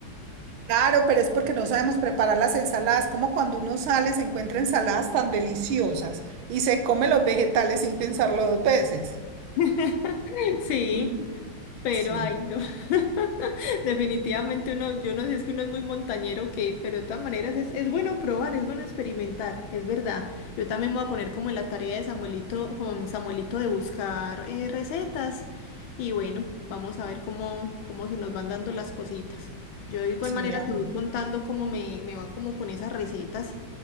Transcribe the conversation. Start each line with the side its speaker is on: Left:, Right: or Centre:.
Right: Claro, pero es porque no sabemos preparar las ensaladas, como cuando uno sale se encuentra ensaladas tan deliciosas y se come los vegetales sin pensarlo dos veces.
Left: <laughs> sí,
Right: Mm.
Left: pero
Right: Sí.
Left: ay, no. <laughs> Definitivamente uno, yo no sé, es que uno es muy montañero que, pero de todas maneras es, es bueno probar, es bueno experimentar, es verdad. Yo también me voy a poner como en la tarea de Samuelito, con Samuelito de buscar eh, recetas y bueno, vamos a ver cómo, cómo se nos van dando las cositas. Yo de igual
Right: Sí,
Left: manera
Right: mi amor.
Left: te voy contando cómo me, me va como con esas recetas.